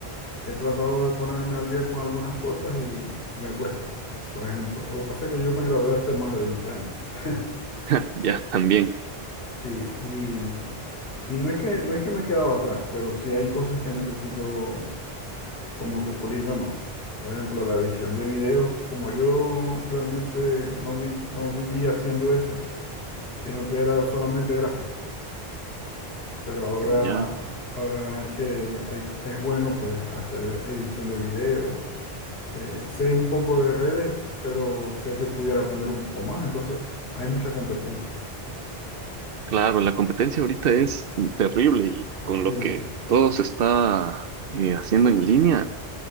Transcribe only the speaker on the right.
<laughs> ya, también.
Ya,
Claro, la competencia ahorita es terrible y con lo
que
todo se está eh, haciendo en línea,